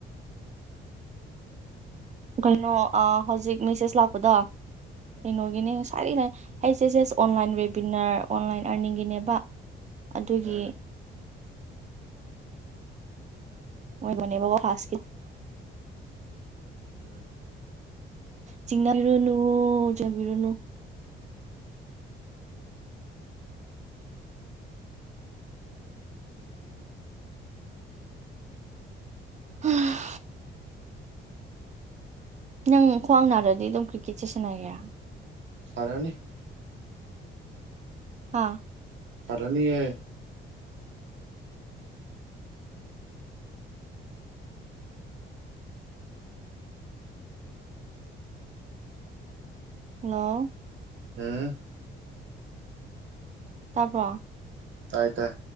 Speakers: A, on the right; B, on the right.
A: ꯀꯩꯅꯣ ꯍꯧꯖꯤꯛ ꯃꯦꯁꯦꯖ ꯂꯥꯛꯄꯗꯣ
B: ꯎꯝ
A: ꯀꯩꯅꯣꯒꯤꯅꯦ ꯉ ꯁꯔꯤꯅ ꯑꯩꯁꯦꯖꯦꯁ ꯑꯣꯟꯂꯥꯏꯟ ꯋꯦꯕꯤꯅꯔ ꯑꯣꯟꯂꯥꯏꯟ ꯑꯥꯔꯅꯤꯡꯒꯤꯅꯦꯕ ꯑꯗꯨꯒꯤ
B: ꯎꯝ
A: ꯑꯣꯏꯕꯅꯦꯕ <unintelligible>
B: ꯎꯝ
A: ꯆꯤꯡꯅꯕꯤꯔꯨꯅꯨꯑꯣ ꯆꯤꯡꯕꯤꯔꯨꯅꯨ ꯎꯝ ꯅꯪ ꯈꯨꯋ꯭ꯥꯡꯅꯗ꯭ꯔꯗꯤ ꯑꯗꯨꯝ ꯀ꯭ꯔꯤꯀꯦꯠꯁꯦ ꯁꯥꯟꯅꯒꯦꯔꯥ
B: ꯁꯥꯅꯅꯤ
A: ꯍꯥꯥ
B: ꯁꯥꯅꯥꯅꯤꯌꯦ
A: ꯍꯜꯂꯣ
B: ꯎꯝ
A: ꯇꯥꯕ꯭ꯔꯣ
B: ꯇꯥꯏ ꯇꯥꯏ